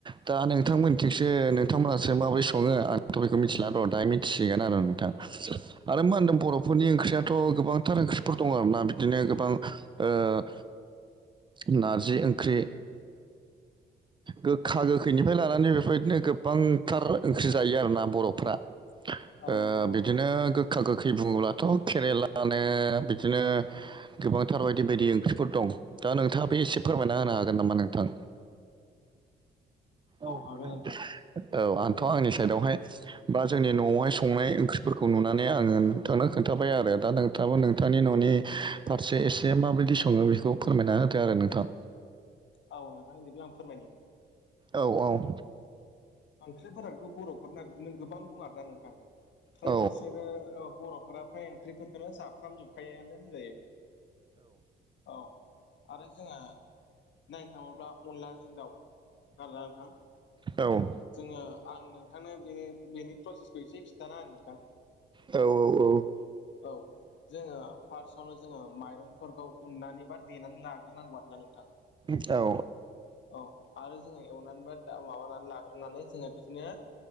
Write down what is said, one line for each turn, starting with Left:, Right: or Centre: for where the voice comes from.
Right: दा नोंथांमोनथिंसो नोंथांमोनहासो माबोरै सङो आंथ' बेखौ मिथिला र' दा मिथिसिगोन आरो नोंथां। आरो मा होनदों बर'फोरनि ओंख्रियाथ' गोबांथार ओंख्रि फोर दङ आरोना बिदिनो गोबां ओ नारजि ओंख्रि, गोखा गोखैनिफ्राय लानानै बे बेबायदिनो गोबांथार ओंख्रि जायो आरोना बर'फ्रा।
Left: औ
Right: ओ
Left: नोंथां औ
Right: बिदिनो गो गखा गोखै बुङोब्लाथ' केरेेलानो बिदिनो गोबांथार बायदि बायदि ओंख्रिफोर दं। दा नोंथाङा बे एसे फोरमायना होनो हागोन नामा नोंथां? औ औ
Left: हागोन नोंथां
Right: आंथ' आंनि साइदावहाय बा जोंनि न'आवहाय संनाय ओंख्रिफोरखौ नुनानै आङो नोंथांनो खोन्थाबाय आरो दा नोंथाबो नों नोंथनि न'नि फारसे एसे माबायदि सङो बेखौ फोरमायना होदो आरो नोंथा।
Left: औ नोंथां बिदिब्ला आं फोरमायनि
Right: औ औ।
Left: ओंख्रिफोराथ' बर'फोरना बिदिनो गोबां दं आरोना नोंथां। फ्राय
Right: औ
Left: बिसोरो बर'फोरा फ्राय ओंख्रिफोरखोनो जाफ्रामजोबखायोयानो होनजायो। औ आरो जोंहा नायनो थाङोब्ला अनलाजों दाउ आरोना नोंथां।
Right: औ।
Left: जोङो आं नोंथांनो बे बेनि प्रसेसखौ एसे खिथाना होनो नोंथां।
Right: औ औ औ।
Left: औ जोङो फार्स्टआवनो जोङो माइरंफोरखौ उननानै बा देनानै लाग्रोनांगौ आरोना नोंथां।
Right: औ औ
Left: औ आरो जोङो एवनानै बा दा माबानानै लाग्रोनानै जोङो बिदिनो